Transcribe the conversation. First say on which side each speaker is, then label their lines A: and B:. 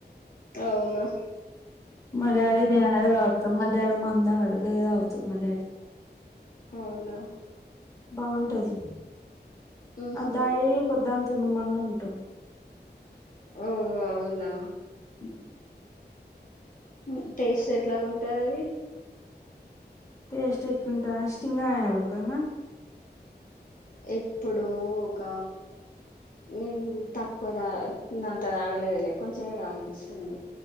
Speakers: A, on the left (about 50°); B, on the left (about 20°).
A: అవునా
B: మరి అదే నేనది అక్క మధ్యాహ్నం మందు తాగడు టీ తాగుతాడు మా డాడీ
A: అవునా
B: బాగుంటది
A: ఉహు
B: అబ్బాయి పొద్దుని తున్నమన్నగ ఉంటాం
A: ఓ అవునా
B: ఉ
A: ఉ టేస్ట్ ఎట్ల ఉంటది అది?
B: టేస్ట్ ఎట్లుంటాదని స్టింగా ఆయన రూపాయనా
A: ఎప్పుడు ఒక నేను తక్కువగ అంత తాగ గలేదులే కొంచమే తాగిన స్ట్రింగ్